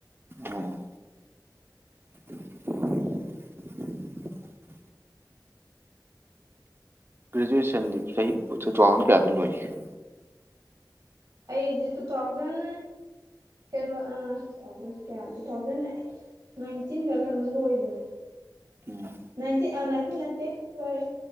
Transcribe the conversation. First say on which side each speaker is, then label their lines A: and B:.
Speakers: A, on the right (about 30°); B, on the right (about 60°).
A: ꯑꯣ <unintelligible> ꯒ꯭ꯔꯦꯖꯨꯑꯦꯁꯟꯗꯤ ꯆꯍꯤ ꯇꯨꯊꯥꯎꯖꯟ ꯀꯌꯥꯗ ꯂꯣꯏꯒ‌ꯦ
B: ꯑꯩꯁꯦ ꯇꯨ ꯊꯥꯎꯖꯟ ꯀꯩꯅꯣ ꯇꯨ ꯊꯥꯎꯖꯟ ꯀꯌꯥ ꯇꯨ ꯊꯥꯎꯖꯟ ꯑꯩ ꯅꯥꯏꯟꯇꯤꯟꯗ ꯀꯩꯅꯣꯝ ꯂꯣꯏꯕꯅꯦ
A: ꯑꯣ
B: ꯅꯥꯏꯟꯇꯤꯟ ꯑꯥ ꯅꯥꯏꯟꯇꯤꯟ ꯅꯠꯇꯦ ꯁ‌ꯣꯏꯔ‌ꯦ